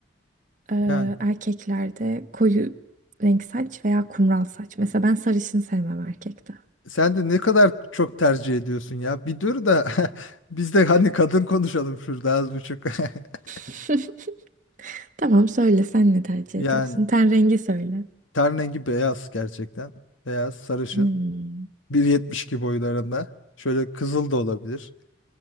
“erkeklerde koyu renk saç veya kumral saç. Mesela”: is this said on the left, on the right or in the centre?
Right